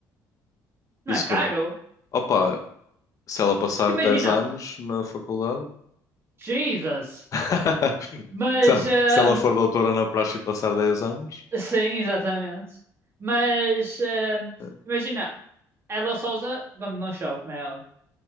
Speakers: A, on the right; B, on the left.
A: Não
B: isso
A: é caro?
B: com... Opa, se ela passar
A: Porque imagina,
B: 10 anos na faculdade,
A: Jesus.
B: <laughs>
A: Mas,
B: se ela
A: ah,
B: se ela for doutora na praxe e passar 10 anos,
A: sim, exatamente. Mas, ah,
B: eh,
A: imagina, ela Souza, quando não chove, como é óbvio.